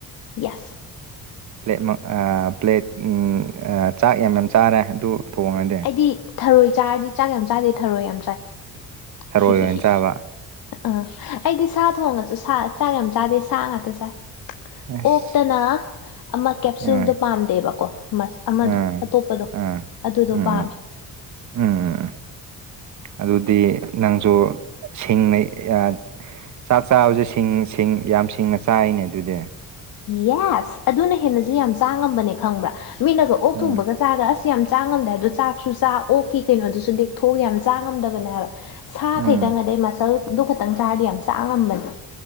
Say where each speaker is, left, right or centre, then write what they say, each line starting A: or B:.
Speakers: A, on the left; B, on the right.
A: ꯌꯦꯁ
B: ꯄ꯭ꯂꯦꯠꯃꯛ ꯑꯥ ꯄ꯭ꯂꯦꯠ ꯎꯝ ꯑꯥ ꯆꯥꯛ ꯌꯥꯝ ꯌꯥꯝ ꯆꯥꯔꯦ ꯑꯗꯨ ꯊꯣꯡꯉꯗꯤ
A: ꯑꯩꯗꯤ ꯊꯔꯣꯏ ꯆꯥꯔꯗꯤ ꯆꯥꯛ ꯌꯥꯝ ꯆꯥꯗꯦ ꯊꯔꯣꯏ ꯌꯥꯝ ꯆꯥꯏ
B: ꯊꯔꯣꯏ
A: ꯍꯤ
B: ꯑꯣꯏꯅ
A: ꯍꯤ ꯍꯤ
B: ꯆꯥꯕ
A: ꯑꯥ ꯑꯩꯗꯤ ꯁꯥ ꯊꯣꯡꯉꯁꯨ ꯁꯥ ꯆꯥꯛ ꯌꯥꯝ ꯆꯥꯗꯦ ꯁꯥ ꯉꯥꯛꯇ ꯆꯥꯏ
B: ꯑꯁ
A: ꯑꯣꯛꯇꯅ ꯑꯃ ꯀꯦꯞꯁꯨꯜꯗꯣ
B: ꯎꯝ
A: ꯄꯥꯝꯗꯦꯕꯀꯣ ꯃꯁ ꯑꯃꯗꯣ
B: ꯎꯝ
A: ꯑꯇꯣꯞꯄꯗꯣ
B: ꯎꯝ
A: ꯑꯗꯨꯗꯣ
B: ꯎꯝ
A: ꯄꯥꯝꯃꯦ
B: ꯎꯝ ꯑꯗꯨꯗꯤ ꯅꯪꯖꯨ ꯁꯤꯡꯅ ꯌꯥ ꯆꯥꯛ ꯆꯥꯕꯖꯦ ꯁꯤꯡ ꯁꯤꯡ ꯌꯥꯝ ꯁꯤꯡꯅ ꯆꯥꯏꯅꯦ ꯑꯗꯨꯗꯤ
A: ꯌꯦꯁ ꯑꯗꯨꯅ ꯍꯦꯟꯅꯖꯨ ꯌꯥꯝ ꯆꯥ ꯉꯝꯕꯅꯦ ꯈꯪꯕ꯭ꯔꯥ ꯃꯤꯅꯒ ꯑꯣꯛ
B: ꯎꯝ
A: ꯊꯣꯡꯕꯒꯁꯦ ꯆꯥꯒ ꯑꯁ ꯌꯥꯝ ꯆꯥ ꯉꯝꯗꯦ ꯑꯗꯣ ꯆꯥꯛꯁꯨ ꯆꯥ ꯑꯣꯛꯀꯤ ꯀꯩꯅꯣꯗꯨꯁꯨ ꯂꯦꯛꯊꯣꯛꯑꯒ ꯌꯥꯝ ꯆꯥ ꯉꯝꯗꯕꯅꯦ ꯍꯥꯏꯕ ꯁꯥ
B: ꯎꯝ
A: ꯈꯇꯪ ꯑꯗꯩ ꯃꯁꯜꯗꯨ ꯈꯛꯇꯪ ꯆꯥꯔꯗꯤ ꯌꯥꯝ ꯆꯥ ꯉꯝꯕꯅꯦ